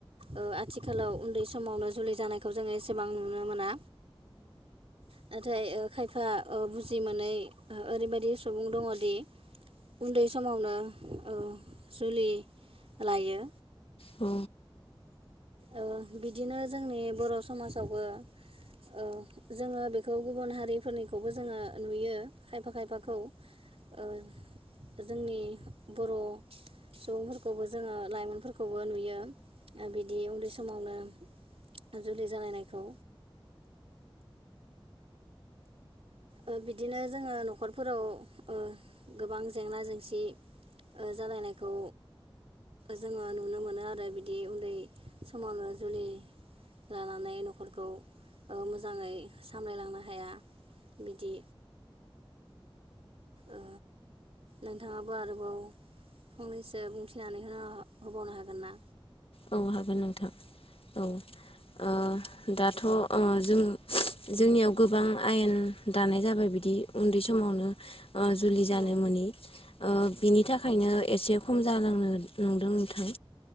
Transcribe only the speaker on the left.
औ
औ हागोन नोंथां औ ओ दाथ' ओ जों जोंनियाव गोबां आयेन दानाय जाबाय बिदि उन्दै समावनो ओ जुलि जानो
ओ मोनि बिनि थाखायनो एसे खम जालांनो नंदों नोंथां।